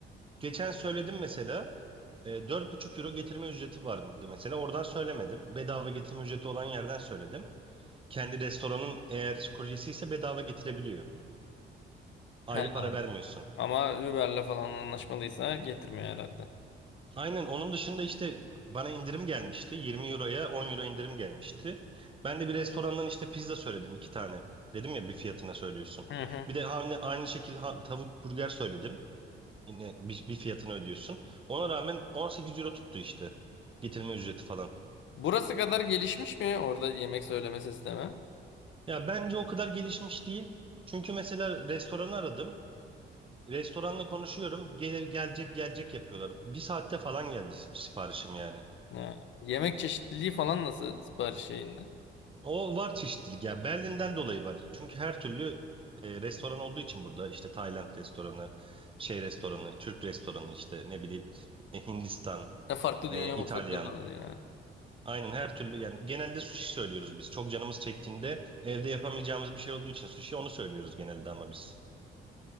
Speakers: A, on the right (about 25°); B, on the left (about 70°).
A: geçen söyledim mesela. E, dört buçuk euro getirme ücreti vardı mesela. Oradan söylemedim. Bedava getirme ücreti olan yerden söyledim. Kendi restoranın eğer kuryesi ise bedava getirebiliyor. Ayrı
B: He,
A: para vermiyorsun.
B: ama Uber'le falan anlaşmalıysa getirmiyor herhalde.
A: Aynen onun dışında işte bana indirim gelmişti. yirmi euroya on euro indirim gelmişti. Ben de bir restorandan işte pizza söyledim iki tane. Dedim ya bir fiyatına söylüyorsun.
B: Hı hı.
A: Bir de aynı aynı şekilde ha- tavuk burger söyledim. Yine bir, bir fiyatını ödüyorsun. Ona rağmen 18 euro tuttu işte. Getirme ücreti falan.
B: Burası kadar gelişmiş mi orada yemek söyleme sistemi?
A: Ya bence o kadar gelişmiş değil. Çünkü mesela restoranı aradım. Restoranla konuşuyorum. Gel, gelecek gelecek yapıyorlar. Bir saatte falan geldi si- siparişim yani.
B: Ha, Yemek çeşitliliği falan nasıl sipariş şeyinde?
A: O var çeşitlilik ya. Berlin'den dolayı var. Çünkü her türlü e, restoran olduğu için burada işte Tayland restoranı, şey restoranı, Türk restoranı işte ne bileyim e, Hindistan,
B: Ya farklı
A: e,
B: dünya
A: İtalyan.
B: mutfakları da var yani.
A: Aynen her türlü yani genelde sushi söylüyoruz biz. Çok canımız çektiğinde evde yapamayacağımız bir şey olduğu için sushi onu söylüyoruz genelde ama biz.